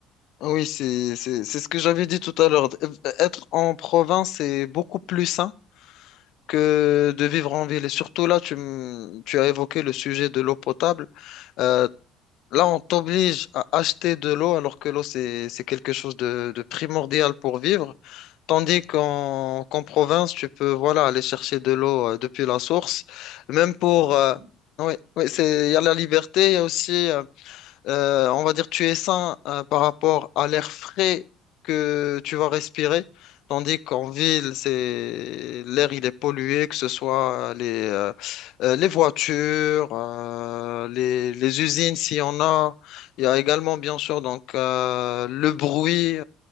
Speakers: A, on the left; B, on the right.
A: ah oui, c'est, c'est, c'est ce que j'avais dit tout à l'heure. Euh, Être en province, c'est beaucoup plus sain que de vivre en ville. Et surtout là, tu, m- tu as évoqué le sujet de l'eau potable. Euh, Là, on t'oblige à acheter de l'eau alors que l'eau, c'est, c'est quelque chose de, de primordial pour vivre. Tandis qu'en qu'en province, tu peux voilà, aller chercher de l'eau euh, depuis la source. Même pour...
B: C'est libre,
A: euh,
B: oui.
A: ouais, ouais, c'est, il y a la liberté, il y a aussi... euh, euh, on va dire tu es sain euh, par rapport à l'air frais que tu vas respirer, tandis qu'en ville, c'est l'air il est pollué, que ce soit les, euh, euh, les voitures, euh, les, les usines s'il y en a. Il y a également bien sûr donc euh, le bruit.